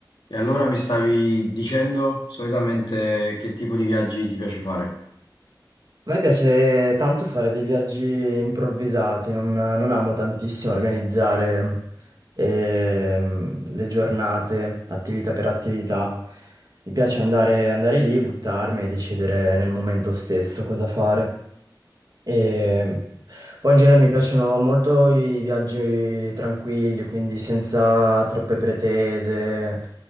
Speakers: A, on the left; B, on the right.
A: E allora mi stavi dicendo solitamente che tipo di viaggi ti piace fare?
B: A me piace tanto fare dei viaggi improvvisati, non, non amo tantissimo organizzare ehm, le giornate, attività per attività. Mi piace andare, andare lì, buttarmi e decidere nel momento stesso cosa fare. E poi in genere mi piacciono molto i viaggi tranquilli, quindi senza troppe pretese.